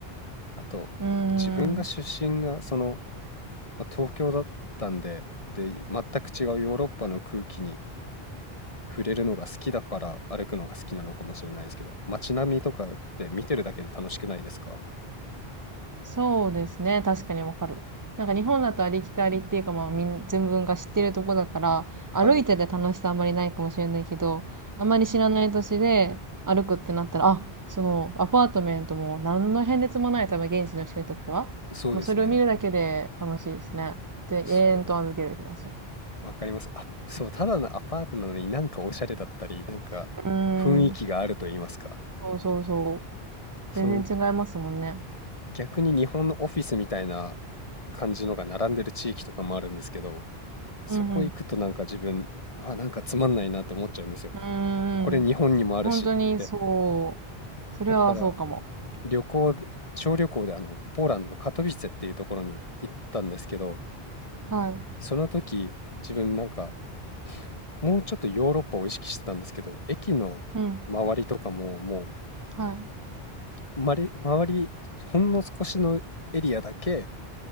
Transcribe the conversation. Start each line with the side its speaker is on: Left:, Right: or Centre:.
Left: あと、
Right: うー
Left: 自分が出身がその、
Right: ん。
Left: まあ東京だったんで、で、全く違うヨーロッパの空気に触れるのが好きだから歩くのが好きなのかもしれないですけど、街並みとかって見てるだけで楽しくないですか
Right: そうですね。確かにわかる。なんか日本だとありきたりっていうかまあみん、全文が知ってるとこだから、歩いてて楽しさあんまりないかもしれないけど、
Left: はい、
Right: あんまり知らない土地で歩くってなったら、あ、そのアパートメントも何の変哲もない多分現地の人にとっては。
Left: そうですね。
Right: もうそれを見るだけで楽しいですね。で、
Left: そ
Right: 永遠と歩ける気がする。
Left: う、わかります。あ、そう、ただのアパートなのになんかおしゃれだったり、なんか雰囲気があると言いますか。
Right: うーん。そうそうそう。
Left: その
Right: 全然違いますもんね。
Left: 逆に日本のオフィスみたいな感じのが並んでる地域とかもあるんですけど、そこ行くとなんか自分、
Right: うんうん。
Left: あ、なんかつまんないなって思っちゃうんですよ。
Right: うーん。
Left: これ日本にもあるしって。
Right: 本当にそう。それはそうかも。
Left: だから、旅行で、小旅行であの、ポーランドのカトビツェっていうところに行ったんですけど、
Right: はい。
Left: その時、自分なんか、もうちょっとヨーロッパを意識してたんですけど、駅の周りとかも、
Right: うん。
Left: も
Right: はい。
Left: う、まり、周り、ほんの少しのエリアだけ、